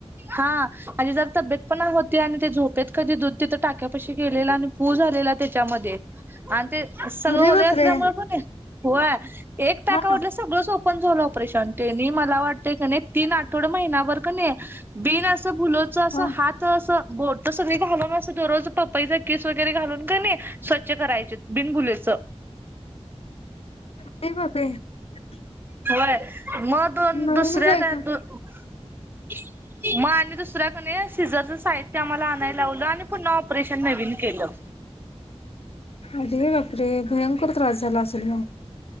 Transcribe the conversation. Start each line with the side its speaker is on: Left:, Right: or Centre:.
Right: हा माझी जर तबेत पण होती आणि ते झोपेत कधी दध <unintelligible> तिथं टाक्यापाशी केलेला आणि पू झालेला त्या च्यामध्ये आणि ते
Left: अरे
Right: सगळ ओले
Left: बापरे
Right: असल्यामुळे पण होय. एक टाका
Left: हा
Right: उरला सगळं पण झाो <unintelligible> परेशन तेनी मला वाटतय का नाही तीन आठवड महिनाभर कनई- बिन असं फुलच अस,
Left: हा
Right: हात असं, बोट सगळी घालून असं दरोज पपईचा किस वगैरे घालून, कनई स्वच्छ करायचे बिनबुलेच.
Left: ते बापे <unintelligible>
Right: होय. म दोन
Left: नवीनच
Right: दुसऱ्या
Left: आहे
Right: द
Left: का?
Right: <unintelligible> मा्य त सुर <unintelligible> शिजरच साहित्य आम्हाला आणाय लावलं आणि पुन्हा ऑपरेशन नवीन केलं.
Left: अरे बापरे, भयंकर त्रास झाला असेल मग?